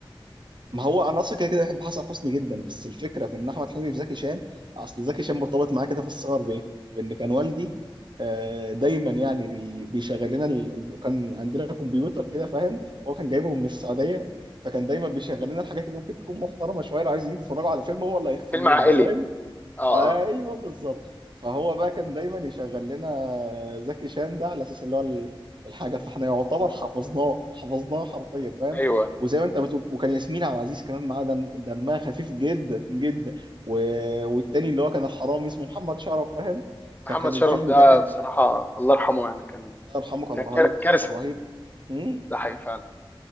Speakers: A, on the right; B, on the left.
A: ما هو انا اصلا كده كده بحب حسن حسني جدا بس الفكره في ان احمد حلمي في زكي شان اصل زكي شان مرتبط معايا كده في الصغر بايه؟ بان كان والدي آه، دايما يعني بي- بيشغل لنا ال... ال- كان عندنا كمبيوتر كده فاهم هو كان جايبه من السعوديه فكان دايما بيشغل لنا الحاجات اللي ممكن تكون محترمه شويه لو عايزين يتفرجوا على فيلم هو اللي هيختار
B: فيلم
A: لنا
B: عائلي
A: فاهم
B: اه
A: ايوه
B: اه
A: بالظبط فهو بقى كان دايما يشغل لنا زكي شان ده على اساس اللي هو ال- الحاجه فاحنا يعتبر حفظناه حفظناه حرفيا فاهم
B: ايوه
A: وزي ما انت بتقول وكان ياسمين عبد العزيز كمان معاه دم دمها خفيف جدا جدا و... والتاني اللي هو كان الحرامي اسمه محمد شرف فاهم
B: محمد
A: فكان
B: شرف
A: الفيلم
B: ده
A: ده كان
B: بصراحه الله يرحمه يعني كان
A: الله يرحمه كان
B: كان
A: رهيب
B: كار- كارثه
A: كان رهيب مم.
B: ده حقيقي فعلا